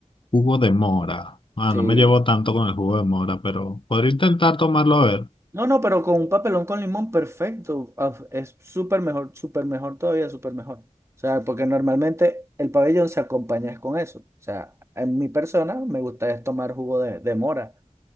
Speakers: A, on the left (about 40°); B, on the right (about 20°).
A: Jugo de mora. Ah,
B: Sí,
A: no me llevo tanto con el jugo de mora, pero podría intentar tomarlo a ver.
B: No, no, pero con un papelón con limón, perfecto. Ah, Es súper mejor, súper mejor todavía, súper mejor. O sea, porque normalmente el pabellón se acompaña es con eso. O sea, en mi persona me gusta es tomar jugo de, de mora.